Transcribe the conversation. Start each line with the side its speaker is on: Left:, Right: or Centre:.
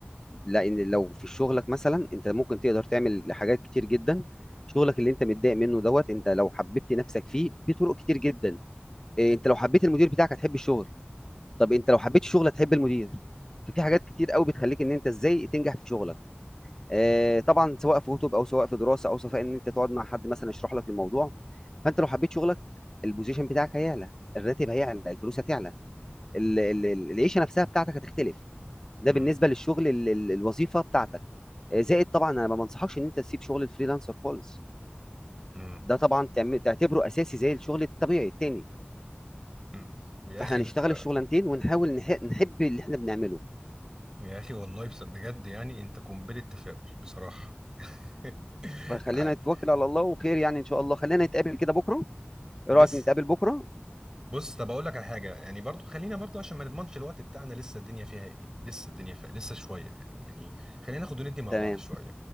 Left: لان لو في شغلك مثلا انت ممكن تقدر تعمل حاجات كتير جدا شغلك اللي انت متضايق منه دوت انت لو حببت نفسك فيه بطرق كتير جدا إيه انت لو حبيت المدير بتاعك هتحب الشغل طب انت لو حبيت الشغل هتحب المدير ففي حاجات كتير قوي بتخليك ان انت ازاي تنجح في شغلك آه، طبعا سواء في كتب او سواء في دراسه او سواء ان انت تقعد مع حد مثلا يشرح لك الموضوع فانت لو حبيت شغلك البوزيشن بتاعك هيعلى الراتب هيعلى الفلوس هتعلى ال- ال- ال- العيشه نفسها بتاعتك هتختلف ده
Right: مم.
Left: بالنسبه للشغل ال- ال- الوظيفه بتاعتك آه، زائد طبعا انا ما بنصحكش ان انت تسيب شغل الفريلانسر خالص
Right: مم.
Left: ده طبعا تعم- تعتبره اساسي زي الشغل الطبيعي التاني
Right: مم. يا
Left: فاحنا
Right: اخي
Left: نشتغل
Right: انت
Left: الشغلانتين ونحاول نح- نحب اللي احنا بنعمله
Right: يا اخي والله بس- بجد يعني انت قنبله تفاؤل بصراحه <laughs>
Left: فخلينا
Right: ده حقيقي.
Left: نتوكل على الله وخير يعني ان شاء الله خلينا نتقابل كده بكره
Right: لسه
Left: ايه رايك نتقابل بكره
Right: بص طب اقول لك على حاجه يعني برضو خلينا برضو عشان ما نضمنش الوقت بتاعنا لسه الدنيا فيها ايه لسه الدنيا فيها لسه شويه يعني يعني خلينا ناخد وندي مع
Left: تمام
Right: بعض شويه